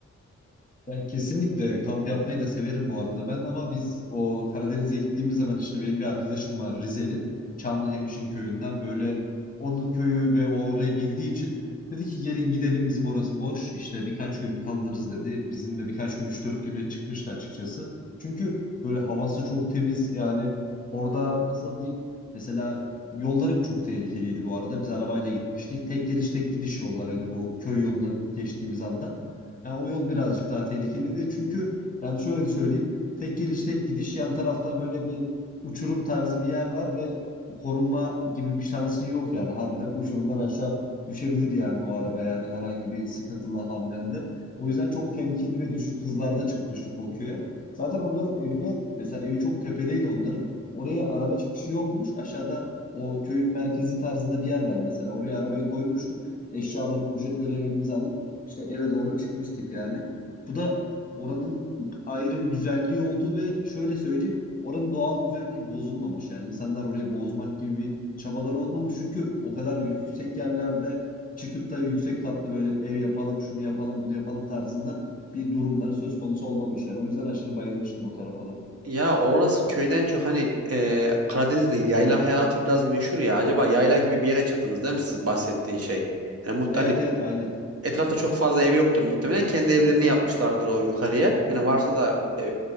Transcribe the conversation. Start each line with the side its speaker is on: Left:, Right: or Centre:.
Left: Ya kesinlikle kamp yapmayı da severim bu arada ben ama biz o Karadeniz'e gittiğimiz zaman işte benim bir arkadaşım var Rizeli. Çamlıhemşin köyünden böyle onun köyü ve o orayı bildiği için dedi ki gelin gidelim bizim orası boş işte birkaç gün kalırız dedi. Bizimle birkaç gün üç dört güne çıkmıştı açıkçası. Çünkü böyle havası çok temiz yani orada nasıl diyeyim mesela yolları çok tehlikeliydi bu arada biz arabayla gitmiştik. Tek geliş tek gidiş yollarıydı bu köy yoluna geçtiğimiz anda. Yani o yol birazcık daha tehlikeli de çünkü yani şöyle söyleyeyim. Tek geliş tek gidiş yan tarafta böyle bir uçurum tarzı bir yer var ve korunma gibi bir şansın yok yani. Harbiden uçurumdan aşağı düşebilir yani o araba yani herhangi bir sıkıntıla hamlende. O yüzden çok temkinli ve düşük hızlarda çıkmıştık o köye. Zaten onların evine mesela evi çok tepedeydi onların. Oraya araba çıkışı yokmuş. Aşağıda o köyün merkezi tarzında bir yer var mesela. Oraya arabayı koymuştuk. Eşyaları, poşetleri elimize alıp işte eve doğru çıkmıştık yani. Bu da oranın ayrı bir güzelliği oldu ve şöyle söyleyeyim oranın doğal güzelliği bozulmamış yani İnsanlar orayı bozmak gibi bir çabaları olmamış çünkü o kadar yüksek yerlerde çıkıp da yüksek katlı böyle ev yapalım şunu yapalım bunu yapalım tarzında bir durumları söz konusu olmamış yani o yüzden aşırı bayılmıştım o tarafa da.
Right: Ya orası köyden çok hani e, Karadeniz'de yayla hayatı biraz meşhur ya. Acaba yayla gibi bir yere çıktınız değil mi siz bahsettiğin şey? Yani muhtemelen
Left: Evet evet aynen.
Right: Etrafta çok fazla ev yoktur muhtemelen. Kendi evlerini yapmışlardır o yukarıya. Yani varsa da e,